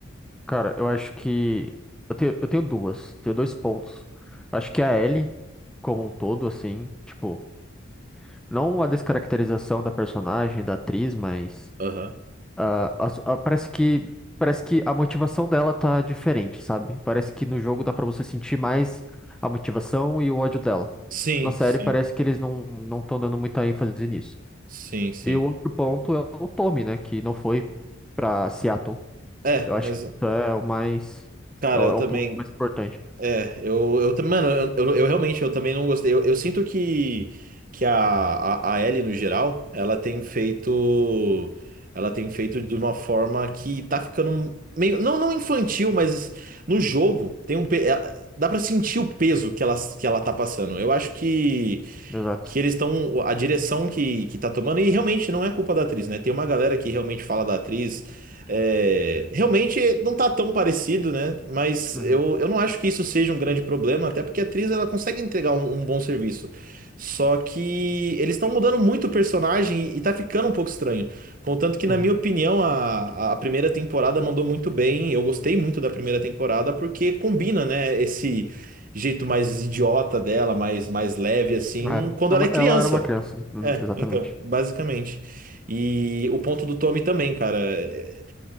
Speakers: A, in the centre; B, on the right.
A: Cara, eu acho que. Eu tenho, eu tenho duas. Tenho dois pontos. Acho que a Ellie, como um todo, assim, tipo, não a descaracterização da personagem, da atriz, mas.
B: Aham.
A: Ah, a su- ah, parece que parece que a motivação dela tá diferente, sabe? Parece que no jogo dá pra você sentir mais a motivação e o ódio dela.
B: Sim,
A: Na série
B: sim.
A: parece que eles não não estão dando muita ênfase nisso.
B: Sim, sim.
A: E o outro ponto é o Tommy, né, que não foi pra Seattle.
B: É,
A: Eu acho
B: mas,
A: que isso é o mais
B: cara,
A: é o,
B: eu
A: é o
B: também.
A: ponto mais importante.
B: É, eu, eu, tam- mano, eu, eu, eu realmente, eu também não gostei. Eu, eu sinto que, que a, a, a Ellie, no geral, ela tem feito, ela tem feito de uma forma que tá ficando meio, não, não infantil, mas no jogo tem um, pe- é, dá pra sentir o peso que ela, que ela tá passando. Eu acho que
A: Exato.
B: que eles estão. A direção que, que tá tomando, e realmente não é culpa da atriz, né? Tem uma galera que realmente fala da atriz. é, realmente não tá tão parecido, né? Mas
A: Uhum,
B: eu, eu não acho que isso seja um grande problema, até porque a atriz ela consegue entregar um, um bom serviço. Só que eles estão mudando muito o personagem e tá ficando um pouco estranho. Contanto que, na
A: uhum.
B: minha opinião, a, a primeira temporada mandou muito bem. Eu gostei muito da primeira temporada porque combina, né, esse jeito mais idiota dela, mais, mais leve, assim,
A: É,
B: quando
A: é
B: ela
A: uma-
B: é criança.
A: ela era uma criança, Uhum,
B: É,
A: exatamente.
B: então, basicamente. E o ponto do Tommy também, cara, é